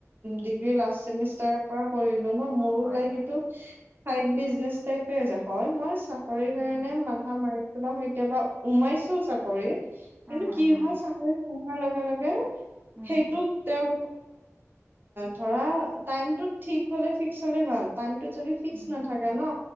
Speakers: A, on the right; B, on the right.
A: উম,
B: ডিগ্ৰী লাষ্ট ছেমিষ্টাৰ তাৰপৰা কৰিলো ন মোৰো
A: হয়
B: লাইক
A: দিয়া।
B: এইটো ক চাইড বিচ নেজ টাইপে যে হয় মাৰ চা চাৰি কাৰণে
A: উম,
B: মাথা মাৰি কেতিয়াবা কেতিয়াবা সোমাইছো চাকৰিত। কিন্তু
A: হা, হা,
B: কি
A: হা,
B: হয় চাকৰি সোমোৱাৰ লগে লগে
A: উম।
B: সেইটোত তেওঁ ধৰা টাইম টো ঠিক হলে ফিক্স হলে ভাল টাইম যদি ফিক্স
A: উম,
B: নাথাকে ন